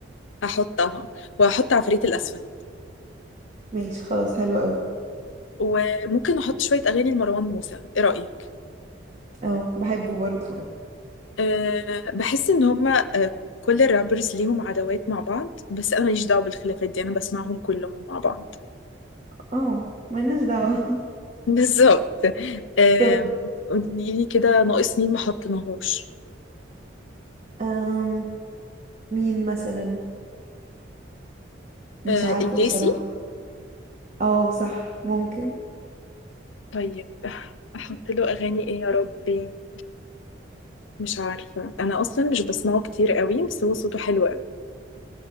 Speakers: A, on the left; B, on the right.
A: هحطها وهحط عفريت الاسفل
B: ماشي خلاص حلو قوي
A: وممكن احط شويه اغاني لمروان موسى ايه رايك
B: او بحبه برضو
A: آه بحس ان هما آه كل الرابرز ليهم عداوات مع بعض بس انا ماليش دعوه بالخلافات دي انا بسمعهم كلهم مع بعض
B: او ملناش دعوه
A: <laughs> بالظبط
B: <laughs>
A: آم،
B: طب
A: قولي لي كده ناقص مين ما حطيناهوش
B: أم مين مثلا مش
A: آه،
B: عارفة
A: الليسي
B: بصراحة اه صح ممكن
A: طيب احط له اغاني ايه يا ربي مش عارفه انا اصلا مش بسمعه كتير قوي بس هو صوته حلو قوي